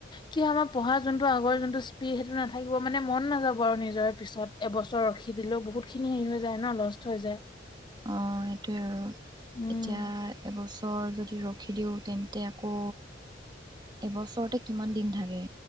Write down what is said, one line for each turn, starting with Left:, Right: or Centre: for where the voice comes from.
Left: কি আমাৰ পঢ়া যোনটো আগৰ যোনটো স্পীড সেইটো নাথাকিব মানে মন নাযাব আৰু নিজৰে পিছত এবছৰ ৰখি দিলেও বহুত খিনি হেৰি হৈ যায় ন লষ্ট হৈ যায়
Right: অঁ সেইটোৱে আৰু
Left: উম।
Right: এতিয়া এবছৰ বছৰ যদি ৰৈ দিওঁ তেন্তে আকৌ এবছৰতে কিমান দিন থাকে